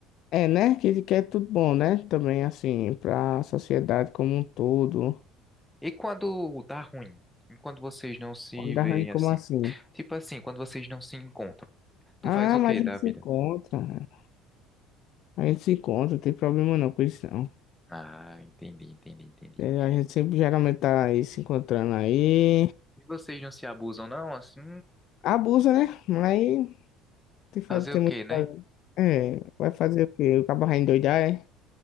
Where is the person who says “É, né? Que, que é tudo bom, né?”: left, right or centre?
Left